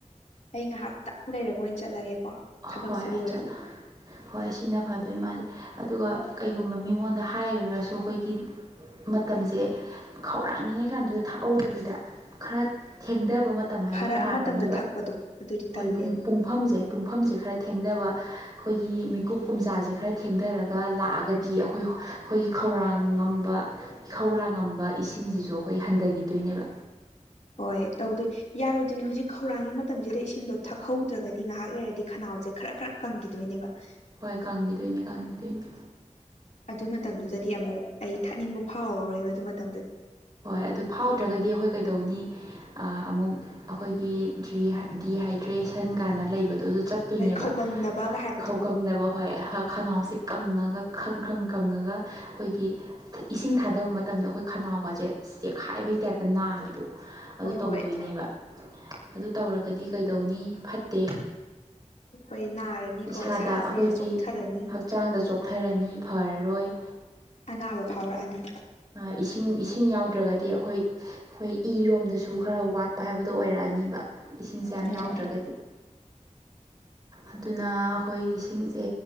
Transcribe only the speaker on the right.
ꯍꯣꯏ
ꯆꯠꯂꯣ ꯍꯣꯏ ꯁꯤꯅ ꯐꯗꯣꯏ ꯃꯥꯜꯂꯦ ꯑꯗꯨꯒ ꯀꯩꯒꯨꯝꯕ ꯃꯤꯉꯣꯟꯗ ꯍꯥꯏꯈ꯭ꯔꯒꯁꯨ ꯑꯩꯈꯣꯏꯒꯤ ꯃꯇꯝꯁꯦ ꯈꯧꯔꯥꯡꯉꯉꯩ ꯀꯥꯟꯗꯨꯗ ꯊꯥꯛꯍꯧꯗꯕꯤꯗ ꯈꯔ ꯊꯦꯡꯊꯕ ꯃꯇꯝ ꯃꯇꯝ ꯍꯥꯏꯕ
ꯑꯃ ꯂꯥꯛꯀꯅꯤꯕ
ꯍꯣꯏ
ꯄꯨꯡ ꯄꯨꯡꯐꯝꯁꯦ ꯄꯨꯡꯐꯝꯁꯦ ꯈꯔ ꯊꯦꯡꯗꯕ ꯑꯩꯈꯣꯏꯒꯤ ꯃꯤꯀꯨꯞ ꯀꯨꯝꯖꯥꯁꯦ ꯈꯔ ꯊꯦꯡꯊꯔꯒ ꯂꯥꯛꯑꯒꯗꯤ ꯑꯩꯈꯣꯏ ꯑꯩꯈꯣꯏꯒꯤ ꯈꯧꯔꯥꯡꯉꯝꯕ ꯏꯈꯧꯔꯥꯡꯉꯝꯕ ꯏꯁꯤꯡꯁꯤꯁꯨ ꯑꯩꯈꯣꯏ ꯍꯟꯊꯈꯤꯗꯣꯏꯅꯦꯕ
ꯍꯣꯏ ꯀꯪꯒꯤꯗꯣꯏꯅꯦ ꯀꯪꯒꯤꯗꯣꯏꯅꯦ
ꯍꯣꯏ ꯑꯗꯨ ꯐꯥꯎꯗ꯭ꯔꯒꯗꯤ ꯑꯈꯣꯏ ꯀꯩꯗꯧꯅꯤ ꯑ ꯑꯃꯨꯛ ꯑꯈꯣꯏꯒꯤ ꯗ꯭ꯔꯤꯍꯥꯏ ꯗꯤꯍꯥꯏꯗ꯭ꯔꯦꯁꯟ ꯀꯥꯏꯅ ꯂꯩꯕꯗꯣ ꯑꯗꯨ ꯆꯠ ꯇꯨꯏꯅꯦꯕ
ꯈꯧꯒꯪꯅꯕ ꯍꯣꯏ ꯍꯛ ꯈꯅꯥꯎꯁꯦ ꯀꯪꯉꯒ ꯈ꯭ꯔꯪ ꯈ꯭ꯔꯪ ꯀꯪꯉꯒ ꯑꯈꯣꯏꯒꯤ ꯈ ꯏꯁꯤꯡ ꯊꯥꯗꯕ ꯃꯇꯝꯗ ꯑꯈꯣꯏ ꯈꯅꯥꯎꯒꯖꯦ ꯁꯤ ꯇꯦꯛꯈꯥꯏꯕꯩ ꯇꯥꯏꯞꯇ ꯅꯥꯕꯤꯗꯣ ꯑꯗꯨ
ꯇꯧꯗꯣꯏꯅꯦꯕ
ꯑꯗꯨ ꯇꯧꯔꯒꯗꯤ ꯀꯩꯗꯧꯅꯤ ꯐꯠꯇꯦ
ꯏꯁꯥꯗ
ꯑꯩꯈꯣꯏꯒꯤ
ꯍꯛꯆꯥꯡꯗ ꯆꯣꯛꯊꯔꯅꯤ ꯐꯔꯔꯣꯏ
ꯑ ꯏꯁꯤꯡ ꯏꯁꯤꯡ ꯌꯥꯎꯗ꯭ꯔꯒꯗꯤ ꯑꯈꯣꯏ ꯑꯈꯣꯏ ꯏꯔꯣꯝꯗꯁꯨ ꯈꯔ ꯋꯥꯠꯄ ꯍꯥꯏꯕꯗꯣ ꯑꯣꯏꯔꯛꯑꯅꯤꯕ ꯏꯁꯤꯡꯁꯦ ꯌꯥꯝ
ꯌꯥꯎꯗ꯭ꯔꯒꯗꯤ ꯑꯗꯨꯅ ꯑꯈꯣꯏ ꯏꯁꯤꯡꯁꯦ